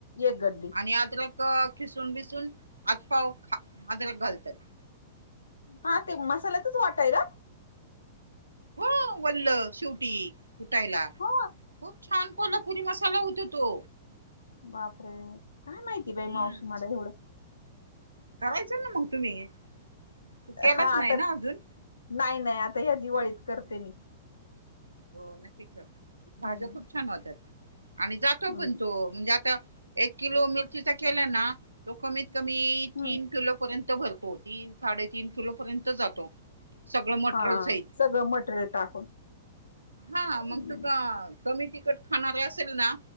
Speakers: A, on the left; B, on the right.
A: एक गड्डी
B: आणि आता लक खिसून बिसून आतफाव अदरक घालतात
A: हा ते मसाल्यातच वाटाय रा
B: हो वल्ल शेवटी उुठायला खूप
A: हा
B: छान कोणा पुरी मसाला होतो तो
A: बापरे काय माहिती
B: हम्म
A: बाई मावशी मला एवढं
B: करायचं ना मग तुम्ही तू केलाच
A: हा
B: नाही
A: आता
B: ना अजून
A: नाही नाही आता ह दिवळीत करते मी
B: हो नक्की कर
A: हम्म
B: भाज्या खूप छान होतात आणि जातो
A: हम्म
B: पण तो म्हणजे आता एक किलो मिरचीचा केला ना तो कमीत क मी
A: हम्म
B: तीन किलोपर्यंत भरतो तीन साडेतीीन किलो पर्यंत जातो सगळं मटेरियल
A: हा
B: सहित
A: सगळं मटेरियल टाकून
B: हा
A: हम्म
B: मग तु का कमी तिकट खाणार असेल ना